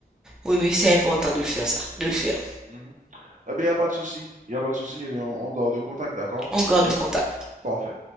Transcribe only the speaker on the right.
Mhm. Eh bien, il n'y a pas de souci, il n'y a pas de souci, eh bien, on, on garde contact, d'accord?
Et
parfait.